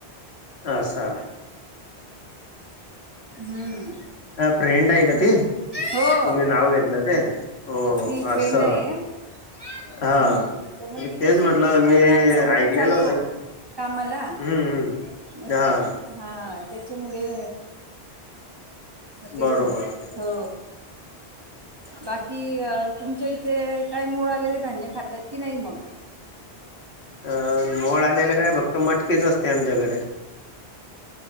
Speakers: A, on the left (about 70°); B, on the right (about 25°).
A: असं.
B: हम्म.
A: अ फ्रेंड आहे का ती? तुम्ही
B: हो
A: नाव घेतलं ते? हो हो
B: ती फ्रेंड
A: असं.
B: आहे हम्म,
A: हा
B: तर मग
A: मी
B: ती
A: तेच
B: कशी
A: म्हटलं
B: ती न
A: मी
B: आम्ही सोबतच
A: ऐकलेलं
B: जातो.
A: होतं
B: कामाला
A: हम्म हम्म
B: म
A: हा
B: हा त्याच्यामुळे तेच
A: बरोबर
B: हो. बाकी तुमच्या इथे काय मोड आलेले धान्य खातात की नाही मग?
A: अं मोड आलेले काय फक्त मटकीच असते आमच्याकडे.